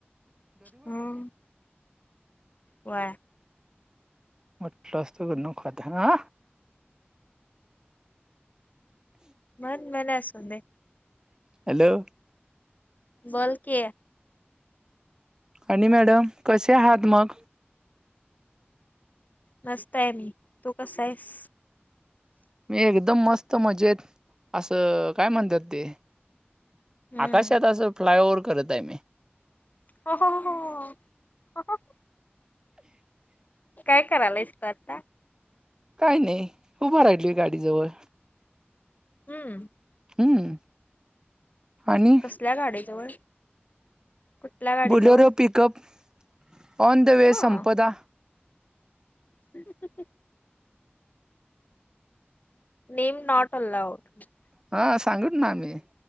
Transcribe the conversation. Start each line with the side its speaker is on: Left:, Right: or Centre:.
Left: हां वाय
Right: म्हठला असतो क नव खाता ह ना.
Left: मन मला असू दे.
Right: हॅलो.
Left: बोल की.
Right: आणि मॅडम कसे आहात मग?
Left: मस्त आहे मी तू कसा आहेस?
Right: मी एकदम मस्त मजेत असं काय म्हणत्यात ते
Left: हम्म
Right: आकाशात असं फ्लायओव्हर करत आहे मी.
Left: <unintelligible> काय करायलास तू आता?
Right: काही नाही उभं राहिलय गाडीजवळ.
Left: हम्म.
Right: हम्म आणि
Left: कसल्या गाड्याजवळ? कुठल्या गाडीजवळ
Right: Bolero pickup on the way
Left: हा.
Right: संपदा
Left: <unintelligible> <unintelligible>
Right: हा सांगुत ना आम्ही